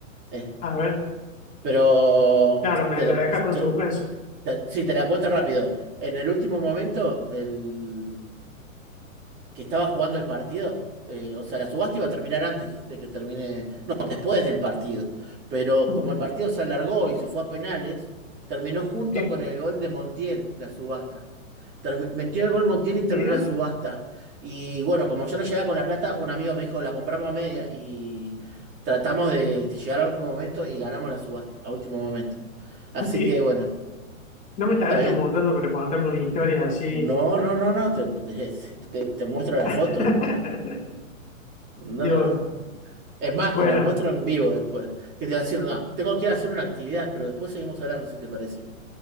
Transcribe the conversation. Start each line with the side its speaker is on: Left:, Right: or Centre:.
Right: eh.
Left: A ver,
Right: Pero
Left: claro, me
Right: te, lo-
Left: lo deja con
Right: te-
Left: suspenso.
Right: te- sí, te la cuento rápido. En el último momento del, que estaba jugando el partido. eh, o sea, la subasta iba a terminar antes de que termine, no, después del partido. Pero
Left: Mm.
Right: como el partido se alargó y se fue a penales, terminó junto
Left: Eh,
Right: con el gol de Montiel, la subasta. Termi- metió el gol Montiel y
Left: mira,
Right: terminó la subasta. Y bueno, como yo no llegaba con la plata, un amigo me dijo, la compramos a media y tratamos de, de llegar a último momento y ganamos la subasta, a último momento. Así
Left: y
Right: que bueno,
Left: no me estarás
Right: también...
Left: chamuzando para contarme una historia así
Right: No, no, no, no, te, te- te- te muestro la
Left: <laughs>
Right: foto después. No,
Left: de
Right: no,
Left: oro.
Right: no. Es más,
Left: Bueno,
Right: te las muestro en vivo después. Que te voy a decir una. Tengo que ir a hacer una actividad, pero después seguimos hablando, si te parece.